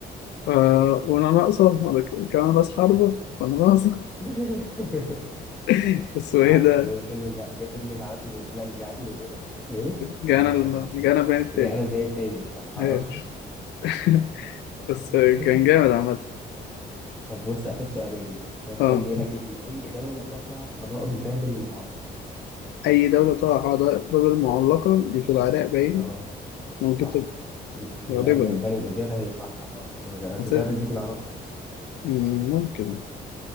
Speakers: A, on the left; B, in the centre.
A: آه وأنا ناقصة ولا ك- كمان راس حربة وأنا ناقصة
B: <laughs>
A: <laughs> بس هو
B: عارفه
A: إيه ده
B: ده, ده فيلم جا, جا فيلم جعلتني مج... لا مش جعلتني مجرما كان اسمه ايه؟
A: جانا
B: آه...
A: ال... جانا بين التالي
B: جا انا البيان التالي صح اه
A: أيوه. <laughs> بس
B: <laughs>
A: كان جامد عامة
B: طب بص آخر سؤالين ده السؤال
A: اه
B: بيقول لك ايه في أي دولة تقع حدائق بابل المعلقة؟
A: أي دولة تقع حدائق المعلقة دي في العراق باين
B: اه
A: ممكن
B: صح
A: تبقى
B: من من
A: غالبا
B: قبل ما تبان الإجابة هي صح اه قصدي
A: بس-
B: بابل دي في العراق
A: مم، ممكن